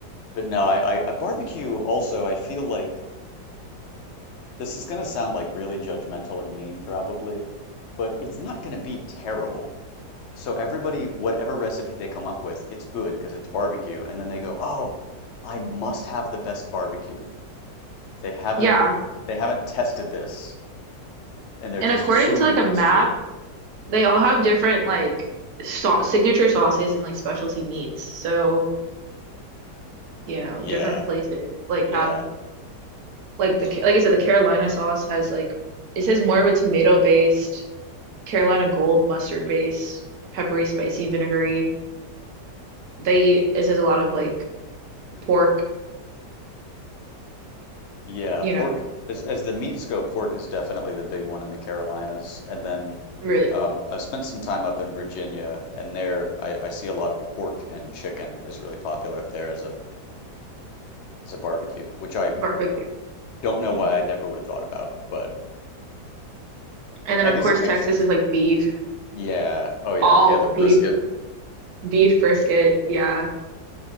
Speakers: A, on the left; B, on the right.
A: but no, I, I, I barbecue also, I feel like this is gonna sound like really judgmental and mean probably, but it's not gonna be terrible. So everybody, whatever recipe they come up with, it's good because it's barbecue, and then they go, "Oh, I must have the best barbecue." They haven't
B: Yeah.
A: they haven't tested this and they're
B: And
A: just
B: according
A: assuming
B: to like
A: that
B: a map,
A: it's true.
B: they all have different like sau signature sauces and like specialty meats. So, you know,
A: Yeah,
B: different places like
A: yeah,
B: have like the like I said the Carolina sauce has like it says more of a tomato based, Carolina gold mustard based, peppery, spicy, vinegary. they eat it says a lot of like pork,
A: yeah.
B: you
A: Pork
B: know,
A: as as the meats go, pork is definitely the big one in the Carolinas. And then
B: really
A: um, I've spent some time up in Virginia and there I, I see a lot of pork and chicken is really popular up there as a as a barbecue, which I
B: barbecue.
A: don't know
B: Mm.
A: why I never would have thought about, but
B: And then
A: I
B: of
A: guess
B: course
A: it makes
B: Texas
A: sense.
B: is like beef,
A: Yeah. Oh yeah.
B: all
A: Yeah, the
B: beef,
A: brisket.
B: beef brisket. Yeah.